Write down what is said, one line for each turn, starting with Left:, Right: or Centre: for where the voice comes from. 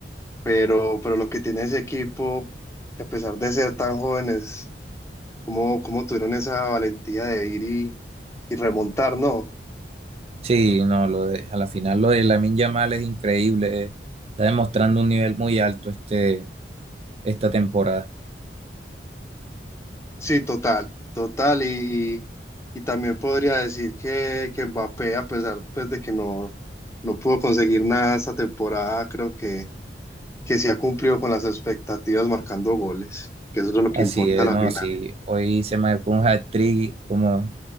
Left: pero, pero lo que tiene ese equipo, que a pesar de ser tan jóvenes, cómo, cómo tuvieron esa valentía de ir y, y remontar, ¿no?
Right: Sí, no, lo de, a la final lo de Lamine Yamal es increíble. eh. Está demostrando un nivel muy alto este, esta temporada.
Left: Sí, total, total. Y, y, y también podría decir que, que Mbappé, a pesar pues, de que no, no pudo conseguir nada esta temporada, creo que, que sí ha cumplido con las expectativas marcando goles, que eso es lo
Right: Así
Left: que importa
Right: es,
Left: a la
Right: no,
Left: final.
Right: sí, hoy se marcó un hat-trick como,